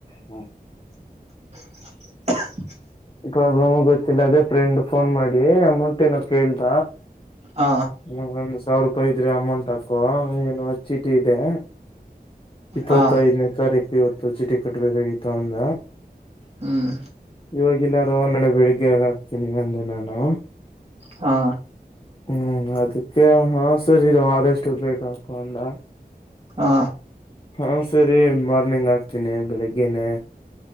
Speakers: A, on the left; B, on the right.
A: ಹ್ಮ.
B: <unintelligible>
A: ಪ್ರಾಬ್ಲಮ್ ಆ ಗೊತ್ತಿಲ್ಲ ಅದೇ ಫ್ರೆಂಡ್ ಫೋನ್ ಮಾಡಿ ಅಮೌಂಟ್ ಏನೋ ಕೇಳ್ದ.
B: ಹ
A: ಹ್ಮ ಒಂದು ಸಾವಿರೂ. ಪ್ಪ ಇದ್ರೆ ಅಮೌಂಟ್ ಹಾಕೋ ಏನು ಚೀಟಿ ಇದೆ. ಇಪ್ಪತ್ತೈದನೇ
B: ಹ
A: ತಾರೀಕು ಇವತ್ತು ಚೀಟಿ ಕಟ್ಬೇಕಾಗಿತ್ತು ಅಂದ
B: ಹ್ಮ್
A: <inaudible> ಇವವಾಗಿಲ್ಲಾರು ನಡೆ ಬೆಳಿಗ್ಗೆಯಗಾಕ್ತೀನಿ ಅಂದೆ ನಾನು
B: ಹಾ
A: ಹ್ಮ್ ಅದಕ್ಕೆ ಹ ಸರಿ ಇ ಆದಷ್ಟು ಬೇಕ ಆತ ಅಂದ
B: ಹಾ
A: ಹಾ ಸರಿ ಮಾರ್ನಿಂಗ್ ಆಗ್ತೀನಿ ಬೆಳಿಗ್ಗೆನೆ